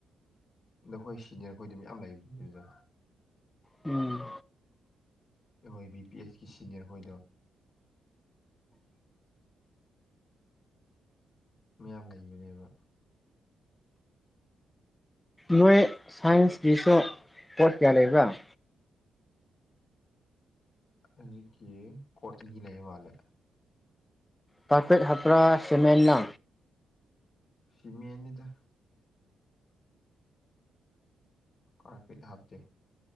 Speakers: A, on the left; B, on the left.
A: ꯅꯈꯣꯏ ꯁꯤꯅꯤꯌꯔ ꯈꯣꯏꯗꯤ ꯃꯌꯥꯝ ꯂꯩꯕꯅꯤ ꯑꯗꯨꯗ
B: ꯎꯝ
A: ꯑꯩꯈꯣꯏ ꯕꯤ ꯄꯤ ꯑꯦꯁꯀꯤ ꯁꯤꯅꯤꯌꯔ ꯈꯣꯏꯗꯣ ꯃꯌꯥꯝ ꯂꯩꯕꯅꯦꯕ
B: ꯅꯣꯏ ꯁꯥꯏꯟꯁꯀꯤꯁꯨ ꯄꯣꯠ ꯀꯌꯥ ꯂꯩꯕꯔꯥ
A: ꯍꯖꯤꯛꯀꯤ ꯀꯣꯔꯠ ꯑꯅꯤ ꯂꯩꯌ ꯃꯥꯜꯂꯦ
B: ꯀꯥꯔꯄꯦꯠ ꯍꯥꯞꯄꯔꯥ ꯁꯤꯃꯦꯟ ꯅꯥ
A: ꯁꯤꯃꯦꯟꯅꯤꯗ ꯀꯥꯔꯄꯦꯠ ꯍꯥꯞꯇꯦ